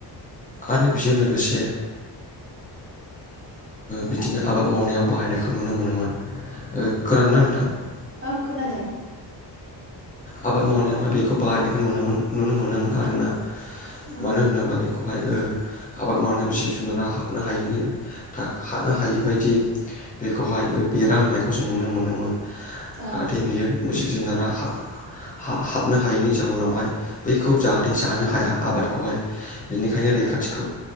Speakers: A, on the left (about 20°); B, on the right (about 30°).
A: आरो बेजों लोगोसे बिदिनो आबाद मावनायाव बाहायनायखौ नुनो मोनोमोन। <unintelligible>
B: औ खोनादों।
A: आबाद मावनायावहाय बेखौ बाहायनायखौ नुनो नुनो मोनोमोन आरोना।
B: औ
A: मानो होनोबा बेखौहाय आबाद मावनायाव जि जुनारा हाबनो हायिनि हाबनो हायि बायदि बेखौहाय बेरा होनायखौ खौ जों नुनो मोनोमोन
B: औ
A: जाहाथे बियो जिब जुनारा हाब हाबनो हायैनि जाउनावहाय बैखौ जाहाथे जानो हाया आबादखौहाय। बिनिखायनो रैखाथिखौ